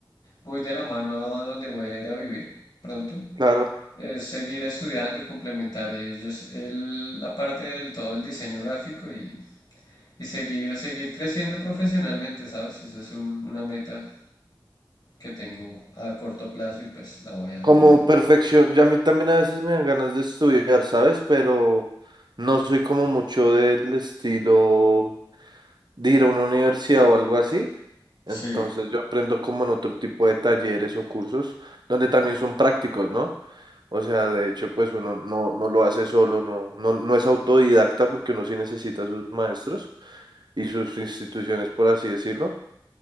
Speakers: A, on the left (about 50°); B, on the right (about 60°).
A: muy de la mano a donde voy a ir a vivir pronto.
B: claro,
A: Es seguir estudiando, complementar ellos el- la parte del todo el diseño gráfico y, y seguir, seguir creciendo profesionalmente, ¿sabes? Esa es un- una meta que tengo a corto plazo y pues la voy a
B: como
A: lograr.
B: perfección, ya a mí también a veces me dan ganas de estudiar, ¿sabes? Pero no soy como mucho del estilo de ir a una universidad o algo así
A: Sí,
B: Entonces yo aprendo como en otro tipo de talleres o cursos donde también son prácticos, ¿no? O sea, de hecho, pues uno no, no lo hace solo, no, no, no es autodidacta porque uno sí necesita a sus maestros y sus instituciones, por así decirlo.